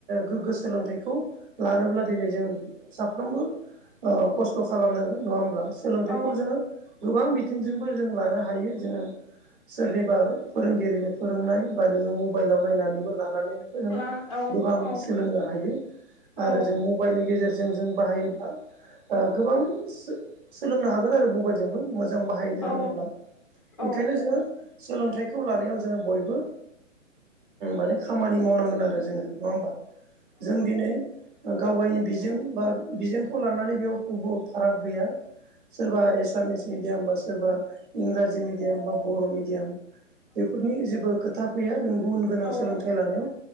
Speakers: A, on the right; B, on the left.
A: गोग्गो सोलोंथाइखौ लानोब्ला दिनै जों साफ्रोमबो खस्थ' खालामनांगोन नङा होमब्ला सोलोंथाइखौ
B: औ
A: जोङो गोबां बिथिंजोंबो जों लानो हायो जोङो सोरनिबा फोरोंगिरिनि फोरोंनाय बा नोङो मबाइलाव नायनानैबो लानानै नों
B: ला औ
A: गोबां
B: औ
A: सोलोंनो हायो
B: औ
A: आरो जों मबाइलनि गेजेरजों जों बाहायोब्ला गोबां सोलोंनो हागोन आरो मबाइलजोंबो मोजां बाहायनो
B: औ
A: रोङोब्ला बेखायनो
B: औ
A: जोङो सोलोंथाइखौ लानायाव जोङो बयबो माने खामानि मावनांगौ आरो जोङो नङा होमबा जों दिनै गावयनि बिजों बा बिजोंखौ लानानै बेयाव जेबो फाराग गैया सोरबा एसामिस मिडियाम बा सोरबा इंराजि मिडियाम बा बर' मिडियाम बेफोरनि जेबो खोथा फैया नों गुन गोनां
B: औ
A: सोलोंथाइ लानायाव